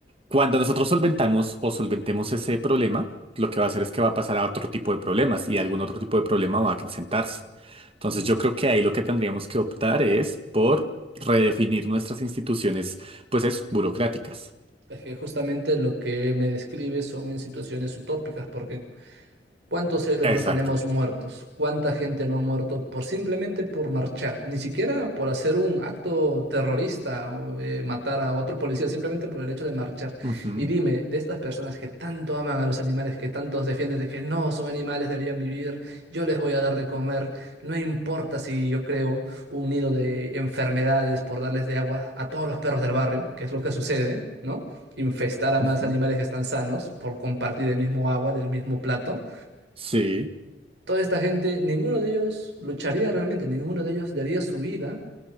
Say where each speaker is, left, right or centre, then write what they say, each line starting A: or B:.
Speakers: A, on the right (about 35°); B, on the right (about 75°).
A: cuando nosotros solventamos o solventemos ese problema, lo que va a hacer es que va a pasar a otro tipo de problemas y algún otro tipo de problema va a acrecentarse. Entonces
B: mm.
A: yo creo que ahí lo que tendríamos que optar es por redefinir nuestras instituciones, pues eso, burocráticas.
B: Es que justamente lo que me describe son en situaciones utópicas, porque ¿Cuántos héroes
A: Exacto.
B: no tenemos muertos? ¿Cuánta gente no ha muerto por simplemente por marchar? Ni siquiera por hacer un acto terrorista, o, eh, matar a otro policía, simplemente por el hecho de marchar.
A: Ujú,
B: Y dime, de estas personas que tanto aman a los animales, que tantos defienden de que no son animales, deberían vivir, yo les voy a dar de comer, no importa si yo creo un nido de enfermedades por darles de agua a todos los perros del barrio, que es lo que sucede, ¿no? Infestar a más
A: ujú.
B: animales que están sanos por compartir el mismo agua del mismo plato.
A: Sí,
B: Toda esta gente, ninguno de ellos lucharía realmente, ninguno de ellos daría su vida